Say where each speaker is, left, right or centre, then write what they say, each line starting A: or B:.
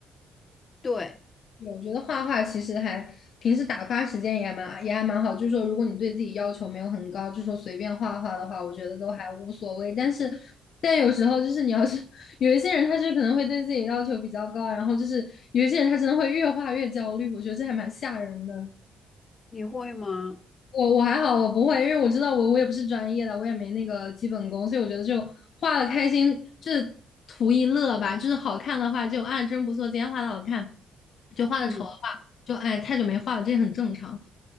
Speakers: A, on the left; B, on the left.
A: <laughs> 对，
B: 对我觉得画画其实还平时打发时间也蛮也还蛮好，就是说如果你对自己要求没有很高，就说随便画画的话，我觉得都还无所谓。但是但有时候就是你要是 <laughs> 有一些人，他就可能会对自己要求比较高，然后就是有一些人他真的会越画越焦虑，我觉得这还蛮吓人的。
A: 你会吗？
B: 我我还好，我不会，因为我知道我我也不是专业的，我也没那个基本功，所以我觉得就画的开心，就是图一乐吧。就是好看的话就啊真不错，今天画的好看，就画的丑的话就哎太久没画了，
A: 嗯，
B: 这也很正常。